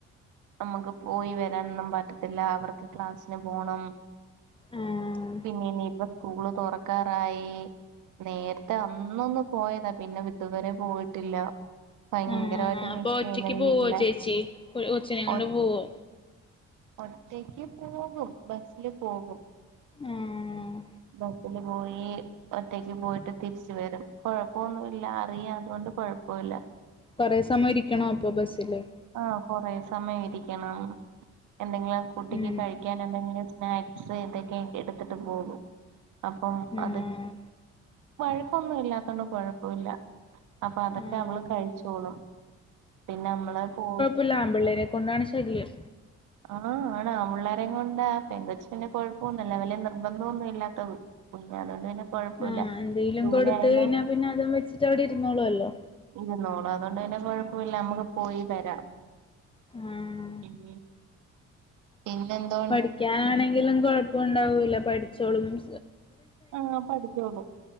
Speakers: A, on the right (about 80°); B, on the left (about 15°).
A: നമുക്ക് പോയി വരാനൊന്നും പറ്റത്തില്ല അവർക്ക് ക്ലാസ്സിന് പോണം
B: ആഹ്
A: പിന്നെ ഇനിയിപ്പോ സ്കൂള് തുറക്കാറായി നേരത്തെ അന്നൊന്ന് പോയതാ പിന്നെ ഇതുവരെ പോയിട്ടില്ല ഭയങ്കരമായിട്ട്
B: ആഹ് ആഹ് അപ്പൊ
A: മിസ്സ്
B: ഒറ്റക്ക്
A: ചെയ്യുന്നു വീട്ടിലെ
B: പോവോ ചേച്ചി കൊച്ചിനെ കൊണ്ട്
A: ഒ
B: പോവോ
A: ഒറ്റയ്ക്ക് പോകും ബസ്സില് പോകും
B: ആഹ്
A: ബസ്സില് പോയി ഒറ്റക്ക് പോയിട്ട് തിരിച്ച് വരും കുഴപ്പ ഒന്നു ഇല്ല അറിയാ അതോണ്ട് കുഴപ്പവില്ല
B: കുറേ സമയ ഇരിക്കണോ അപ്പൊ ബസ്സില്
A: ആഹ് കൊറെ സമയം ഇരിക്കണം എന്തെങ്കിലും കുട്ടിക്ക്
B: ഉം
A: കഴിക്കാൻ എന്തെങ്കിലും സ്നാക്സ് ഇതൊക്കെ എടുത്തിട്ട് പോകും അപ്പം
B: ആഹ്
A: അത് വഴക്കൊന്നും ഇല്ലാത്തോണ്ട് കൊഴപ്പവില്ല അപ്പൊ അതൊക്കെ
B: ആഹ്
A: അവള് കഴിച്ചോളും പിന്നെ നമ്മള് പോ
B: ത്ത്ള്ള ആമ്പിള്ളേരെ കൊണ്ടാണ് ശല്യം.
A: ആഹ് ആണ് ആമ്പിള്ളേരെം കൊണ്ടാ പെങ്കൊച്ച് പിന്നെ കൊഴപ്പമൊന്നുല്ല വല്ല്യ നിർബന്ധോന്നും ഇല്ലാത്തത് കൊണ്ട് അതോണ്ട് പിന്നെ കൊഴപ്പല്ല
B: ആഹ് എന്തേലും
A: ദൂരെ
B: കൊടുത്ത്
A: ആയാലും
B: കഴിഞ്ഞാ പിന്നെ അതും വെച്ചിട്ട് അവിടെ ഇരുന്നോളൊല്ലോ
A: ഇരുന്നോളു അതോണ്ട് പിന്നെ കുഴപ്പമില്ല നമുക്ക് പോയി വരാ.
B: ആഹ്
A: ഉം പിന്നെ എന്തോ
B: പഠിക്കാനാണെങ്കിലും കൊഴപ്പം ഉണ്ടാവൂല്ല പഠിച്ചോളും ബൂ
A: ആഹ് പഠിച്ചോളും